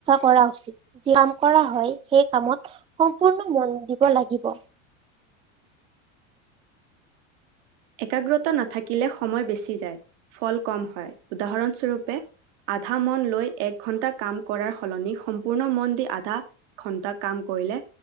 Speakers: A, on the right; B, on the right.
A: কৰা উচিত যি কাম কৰা হয় সেই কামত সম্পূৰ্ণ মন দিব লাগিব।
B: একাগ্ৰতা নাথাকে। শিকিলে সময় বেছি যায় ফল কম হয়। উদাহৰণস্বৰূপে আধা মন লৈ এক ঘন্টা কাম কৰাৰ সলনি সম্পূৰ্ণ মন দি আধা ঘন্টা কাম কৰিলে